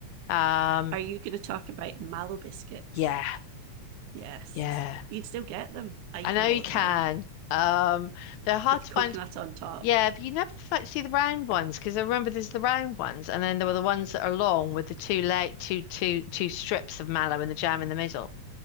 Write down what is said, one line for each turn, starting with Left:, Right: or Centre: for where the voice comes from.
Left: um,
Right: Are you going to talk about the mallow biscuits?
Left: yeah,
Right: Yes.
Left: yeah,
Right: You can still get them. I eat
Left: I know
Right: them all
Left: you
Right: the
Left: can.
Right: time
Left: Um, they're hard
Right: with
Left: to
Right: coconut
Left: find.
Right: on top.
Left: Yeah, but you never fi- see the round ones because I remember there's the round ones, and then there were the ones that are long with the two late two two two strips of mallow and the jam in the middle.